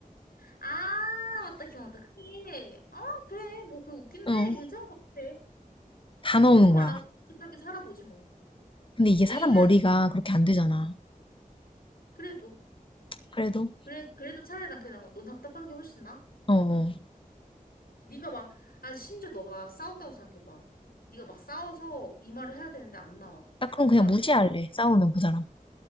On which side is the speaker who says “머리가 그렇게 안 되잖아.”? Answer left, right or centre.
Left